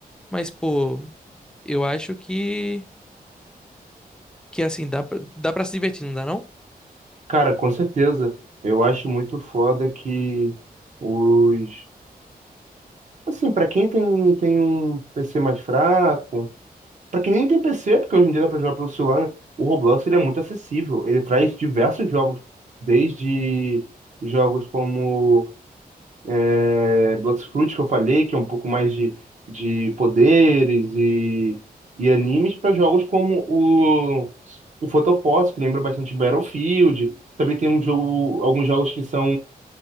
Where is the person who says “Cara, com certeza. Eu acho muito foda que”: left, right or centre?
Right